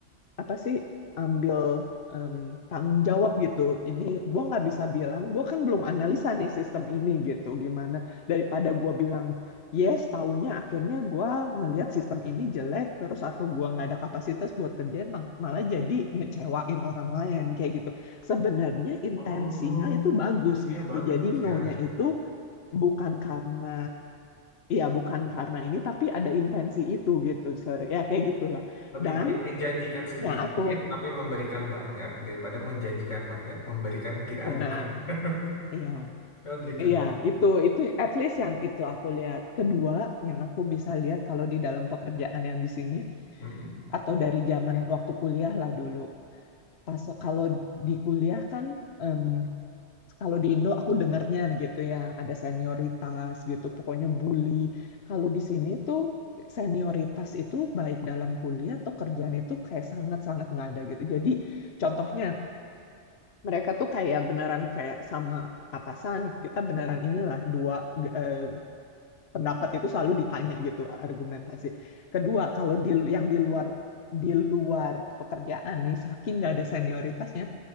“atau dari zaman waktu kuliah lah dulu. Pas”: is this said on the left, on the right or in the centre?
Left